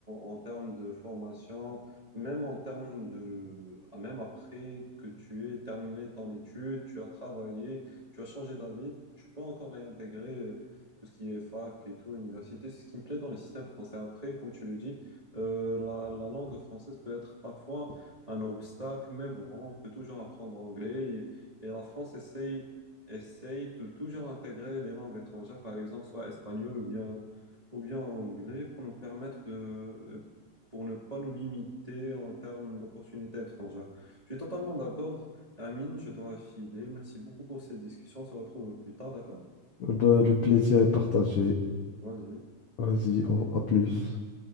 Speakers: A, on the right; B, on the left.
A: en termes de formation, même en termes de, ah, même après que tu aies terminé ton étude, tu as travaillé, tu as changé d'avis, tu peux encore réintégrer euh, tout ce qui est fac et tout, université. C'est ce qui me plaît dans les systèmes français. Après, comme tu le dis, euh, la, la langue française peut être parfois un obstacle, mais bon, on peut toujours apprendre anglais et, et la France essaye. Essaye de toujours intégrer les langues étrangères, par exemple, soit espagnol ou bien ou bien en anglais pour nous permettre de, pour ne pas nous limiter en termes d'opportunités étrangères. Je suis totalement d'accord. Amine, je dois filer. Merci beaucoup pour cette discussion. On se retrouve plus tard, d'accord?
B: Eh ben, le plaisir est partagé.
A: Vas-y.
B: Vas-y, au- à plus.